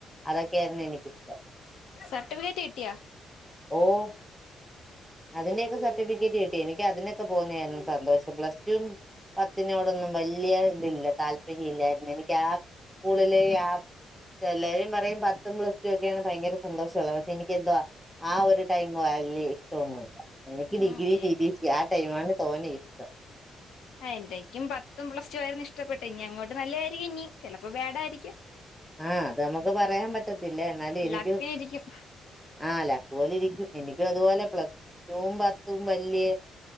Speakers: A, in the centre; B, on the left.
A: അതൊക്കെയര്ന്ന് എനക്കിഷ്ടം
B: സർട്ടിഫിക്കറ്റ് കിട്ടിയാ
A: ഓഹ് അതിന്റെയൊക്കെ സർട്ടിഫിക്കറ്റ് കിട്ടി എനിക്കതിനൊക്കെ പോകുന്ന സന്തോഷം പ്ലസ്റ്റു പത്തിനോടൊന്നും വല്ല്യ ഇതില്ല താല്പര്യ ഇല്ലായിരുന്നു എനിക്ക് ആ സ്കൂളില് ആഹ് എല്ലാരും പറയും പത്തും പ്ലസ് ടു ഒക്കെയാണ് ഭയങ്കര സന്തോഷള്ളത് പക്ഷെ എനിക്ക് എന്തുവാ ആഹ് ഒരു ടൈം ഇഷ്ടൊന്നും ഇല്ല എനിക്ക്
B: ഉം
A: ഡിഗ്രി
B: ആഹ്
A: തീറ്റീ സി ആഹ് ടൈമാണ് തോന്ന ഇഷ്ടം
B: ആഹ് എന്തക്കും പത്തും പ്ലസ് ടു ആയിരുന്നു ഇഷ്ടപ്പെട്ടെ ഇനി അങ്ങോട്ട് നല്ലതായിരിക്കും ഇനി ചിലപ്പോ ബാടായിരിക്ക
A: ആഹ് അത് നമുക്ക് പറയാൻ പറ്റത്തില്ല എന്നാലും എനിക്ക്
B: ലക്കിനിരിക്കും
A: ആഹ് അല്ല അക്ക പോലെ ഇരിക്കും എനിക്കും അതുപോലെ പ്ലസ് വും പത്തും വല്യേ